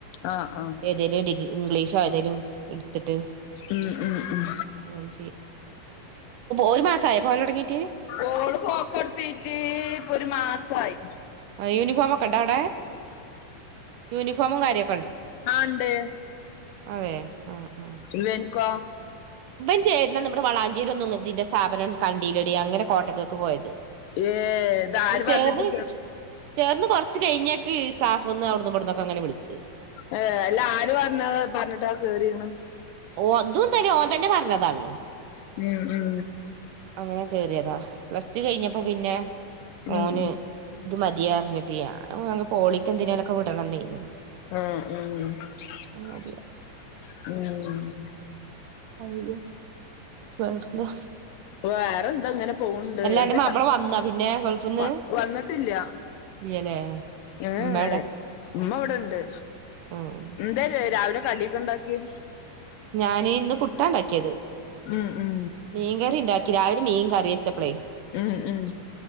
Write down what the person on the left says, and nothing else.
ആഹ് ആഹ്
ഉം ഉം ഉം
ഓള് പോക് തൊടുത്തീട്ട് ഇപ്പൊ ഒരു മാസായി
ആഹ് ഇണ്ട്
ഇവന്ക്കോ?
ഏഹ് ഇത് ആര്
പറഞ്ഞിട്ട്
ഏഹ് അല്ല ആര് പറഞ്ഞ പറഞ്ഞിട്ടാ കേരീണ്
ഉം ഉം
ഉം.
ആഹ് അഹ്
ഉം
വേറെന്താങ്ങനെ പോണ്ട് എന്തൊക്ക
വ വന്നിട്ടില്ല
ഏഹ്
എഹ് ഉമ്മ ഇവിടെ ഇണ്ട്
എന്താ രാവിലെ കടിയൊക്കെ ഇണ്ടാക്കിയെ
ഉം ഉം
ഉം ഉം